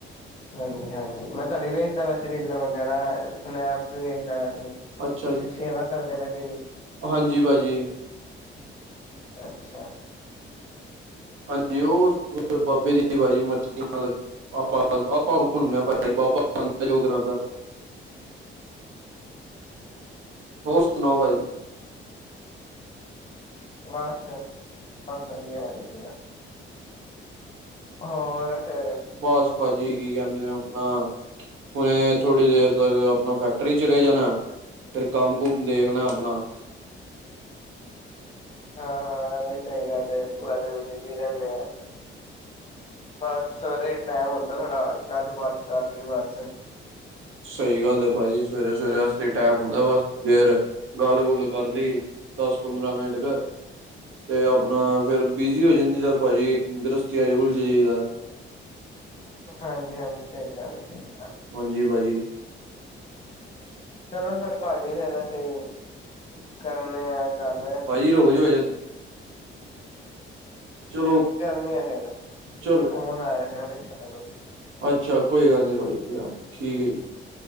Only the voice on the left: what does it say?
ਹਾਂਜੀ-ਹਾਂਜੀ ਮੈਂ ਤੁਹਾਡੀ ਵੇਖਦਾ ਪਿਆ ਸੀ ਰੀਲਾਂ ਵਗੈਰਾ, ਸਨੈਪਸ ਵੀ ਵੇਖਦਾ ਪਿਆ ਸੀ ਤੁਸੀਂ
ਸੇਵਾ ਕਰਦੇ ਪਏ ਸੀ।
ਅੱਛਾ।
ਬੱਸ-ਬੱਸ ਵਧੀਆ ਪਾਜੀ ਵਧੀਆ ਹੋਰ ਫੇਰ
ਹਾਂ-ਹਾਂ। ਇਹ ਵੀ ਸਹੀ ਗੱਲ ਹੈ। ਪੂਰਾ ਦਿਨ ਬਿਜੀ ਰਹਿੰਦੇ ਆ। ਬਸ ਸਵੇਰੇ ਟਾਈਮ ਹੁੰਦਾ ਸਾਡਾ, ਗੱਲ ਬਾਤ ਕਰਨ ਲਈ ਬਸ।
ਹਾਂਜੀ- ਹਾਂਜੀ ਸਹੀ ਗੱਲ ਹੈ ਸਹੀ ਗੱਲ
ਚਲੋ ਫਿਰ ਭਾਜੀ ਫਰ ਅਸੀਂ ਕਰਨੇ ਆ ਗੱਲ
ਕਰਨੇ ਆ ਫਿਰ
ਫੋਨ ਆ ਰਿਹਾ ਸੀ ਨਾ ਬੱਚਿਆਂ ਨੂੰ